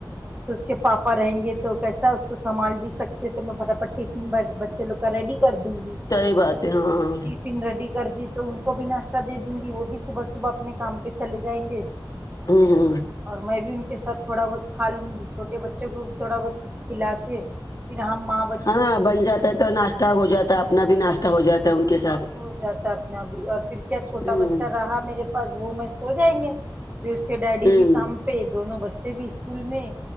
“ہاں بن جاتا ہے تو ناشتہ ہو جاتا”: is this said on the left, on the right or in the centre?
Left